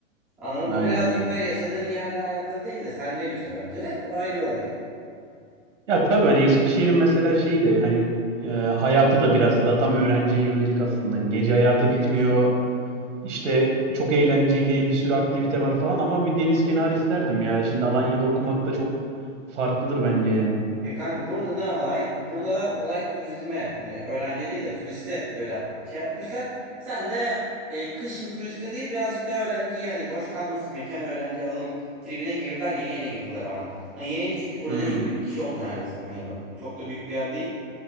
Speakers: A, in the centre; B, on the right (about 65°).
A: Anladın mı?
B: Aynen
A: Bu birazcık
B: öyle.
A: da yaşadığın yerle alakalı değil de sen ne bitiyor bence de. O ayrı bir olay.
B: Ya tabii hani Eskişehir'in mesela şeyi de hani e, hayatı da biraz daha tam öğrenciye yönelik aslında. Hani gece hayatı bitmiyor.
A: Evet.
B: İşte çok eğlenceli bir sürü aktivite var falan ama bir deniz kenarı isterdim ya. Şimdi Alanya'da okumak da çok farklıdır bence yani.
A: Ya kanka burada ne olay? Burada da olay turizme hani öğrencileriyle turiste göre şey yapmışlar. Sen de e, kışın turiste değil birazcık daha öğrenciye hani boş kalmasın mekan öğrenci alalım tribine girdiler yeni yeni girdiler ama. Hani yeni yeni çünkü burada
B: Hmm.
A: 20 bin kişi oldu neredeyse Alanya bak çok da büyük bir yer değil.